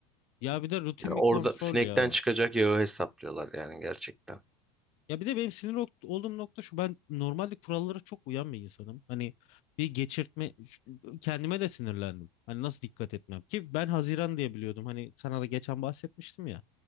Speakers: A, on the left; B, in the centre.
A: Ya bir de rutin
B: Yani orada
A: bir kontrol
B: sinekten
A: ya.
B: çıkacak yağı hesaplıyorlar yani gerçekten.
A: Ya bir de benim sinir ok- olduğum nokta şu ben normalde kurallara çok uyan bir insanım. Hani bir geçirtme ş- kendime de sinirlendim. Hani nasıl dikkat etmem ki ben Haziran diye biliyordum. Hani sana da geçen bahsetmiştim ya.